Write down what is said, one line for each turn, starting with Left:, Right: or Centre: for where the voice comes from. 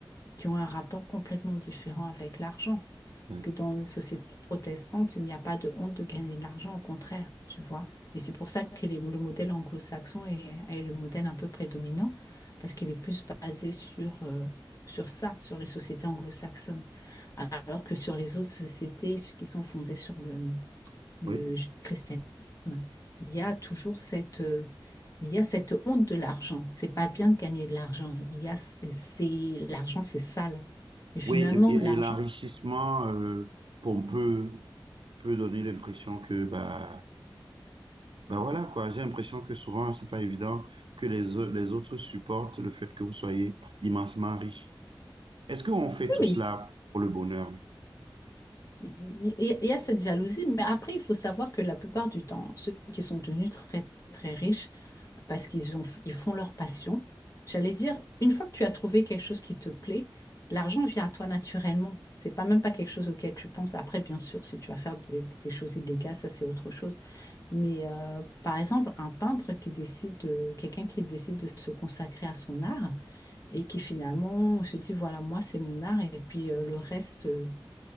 Left: qui ont un rapport complètement différent avec l'argent.
Right: Oui.
Left: Parce que dans les sociétés protestantes, il n'y a pas de honte de gagner de l'argent, au contraire, tu vois. Et c'est pour ça que les- le modèle anglo-saxon est, est le modèle un peu prédominant, parce qu'il est plus basé sur, euh, sur ça, sur les sociétés anglo-saxonnes, alors que sur les autres sociétés qui sont fondées sur le, le
Right: Oui,
Left: j- christianisme, il y a toujours cette, euh, il y a cette honte de l'argent. C'est pas bien de gagner de l'argent. Il y a, c'est, l'argent, c'est sale. Mais finalement,
Right: Oui, et, et-
Left: l'argent,
Right: et l'enrichissement euh, pompeux peut donner l'impression que bah, Ben voilà quoi, j'ai l'impression que souvent c'est pas évident que les, au- les autres supportent le fait que vous soyez immensement riche. Est-ce qu'on fait
Left: Oui,
Right: tout
Left: mais.
Right: cela pour le bonheur
Left: Il il- il y a cette jalousie, mais après, il faut savoir que la plupart du temps, ceux qui sont devenus très, très riches, parce qu'ils ont, ils font leur passion, j'allais dire, une fois que tu as trouvé quelque chose qui te plaît, l'argent vient à toi naturellement. C'est pas même pas quelque chose auquel tu penses. Après, bien sûr, si tu vas faire des, des choses illégales, ça c'est autre chose. Mais euh, par exemple, un peintre qui décide de, quelqu'un qui décide de se consacrer à son art et qui finalement se dit, voilà, moi, c'est mon art et puis euh, le reste. euh,